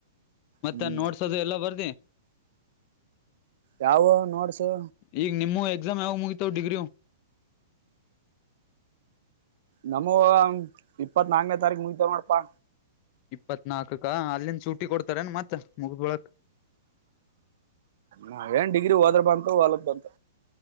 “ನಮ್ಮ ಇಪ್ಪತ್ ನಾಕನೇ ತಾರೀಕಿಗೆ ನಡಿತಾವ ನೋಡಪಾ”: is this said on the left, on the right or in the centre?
Right